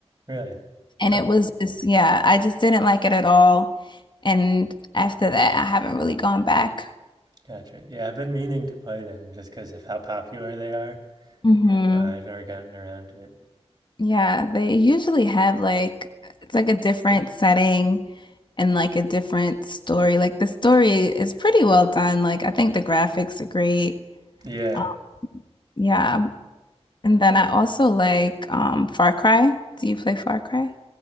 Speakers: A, on the right (about 35°); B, on the left (about 45°).
A: Really?
B: And
A: Huh.
B: it was just, yeah, I just didn't like it at all. And after that, I haven't really gone back.
A: Gotcha. Yeah, I've been meaning to play them just because of how popular they are.
B: hmm
A: Uh, I've never gotten around to it.
B: Yeah, they usually have like it's like a different setting and like a different story. Like the story is pretty well done. Like I think the graphics are great.
A: Yeah,
B: um, Yeah. And then I also like um Far Cry. Do you play Far Cry?